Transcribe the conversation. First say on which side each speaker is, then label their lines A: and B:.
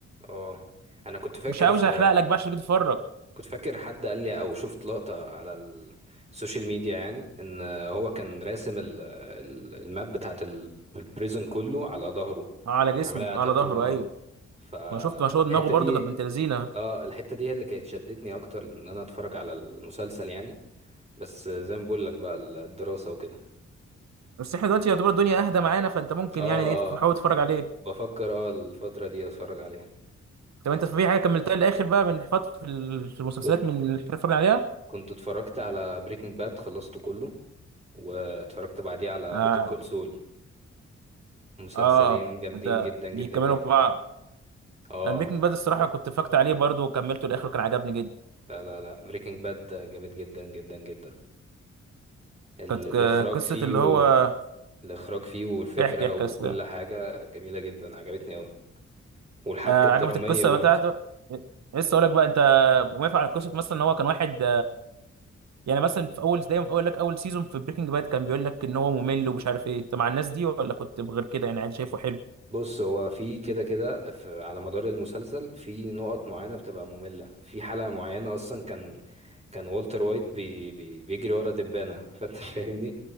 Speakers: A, on the right (about 20°); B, on the right (about 65°).
A: اه انا كنت فاكر
B: مش عاوز
A: في
B: احرق لك بقى عشان كده تتفرج
A: كنت فاكر حد قال لي او شفت لقطة على ال- السوشيال ميديا يعني ان هو كان راسم ال- ال- الماب بتاعت ال- البريزن كله على ظهره
B: اه على جسمه
A: كان عاملها تاتو
B: آه على ظهره
A: اه
B: ايوه
A: فالحتة
B: ما شفت ما شو دماغه برضو
A: دي
B: كانت بنت لذينه
A: اه الحتة دي هي اللي كانت شدتني اكتر ان انا اتفرج على المسلسل يعني بس زي ما بقول لك بقى الدراسة وكده
B: بس احنا دلوقتي يعتبر الدنيا اهدى معانا فانت ممكن
A: اه
B: يعني ايه تحاول
A: اه
B: تتفرج عليه
A: بفكر اه الفترة دي اتفرج عليه
B: طب انت في حاجه كملتها للاخر بقى من فتره في ال- في المسلسلات
A: كنت
B: من اللي احنا بنتفرج عليها
A: كنت اتفرجت على بريكنج باد خلصته كله واتفرجت بعديه على
B: اه
A: بيتر كول سول مسلسلين
B: اه
A: جامدين
B: انت
A: جدا
B: بيكملوا
A: جدا جدا
B: بعض
A: اه
B: انا بريكنج باد الصراحه كنت فكت عليه برضو وكملته للاخر وكان عجبني جدا
A: لا لا لا بريكنج باد جامد جدا جدا جدا ال-
B: كانت
A: الاخراج
B: ك- قصه
A: فيه
B: اللي
A: و...
B: هو
A: الاخراج فيه والفكرة
B: احكي احكي
A: وكل
B: اصلا
A: حاجة جميلة جدا عجبتني اوي والحبكة
B: آه
A: الدرامية
B: عجبت القصه
A: برضه
B: بتاعته إيه، لسه اقول لك بقى انت موافق على قصه مثلا ان هو كان واحد يعني مثلا في اول دايما في اول لك اول سيزون في بريكنج باد كان بيقول لك ان هو ممل ومش عارف ايه انت مع الناس دي ولا كنت غير كده يعني عادي شايفه حلو
A: بص هو في كده كده في- على مدار المسلسل في نقط معينة بتبقى مملة في حلقة معينة اصلا كان كان والتر وايت بي بي بيجري ورا دبانة <laughs> فانت فاهمني